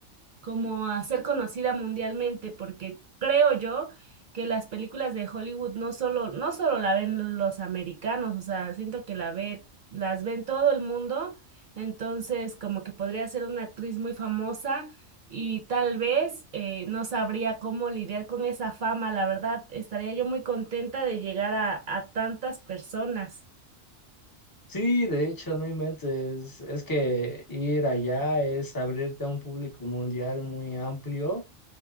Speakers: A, on the right (about 55°); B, on the left (about 30°).
A: como a ser conocida mundialmente, porque creo yo que las películas de Hollywood no solo, no solo la ven los americanos, o sea, siento que la ve, las ven todo el mundo, entonces como que podría ser una actriz muy famosa y tal vez eh, no sabría cómo lidiar con esa fama, la verdad, estaría yo muy contenta de llegar a, a tantas personas.
B: Sí, de hecho, no inventes. Es que ir allá es abrirte a un público mundial muy amplio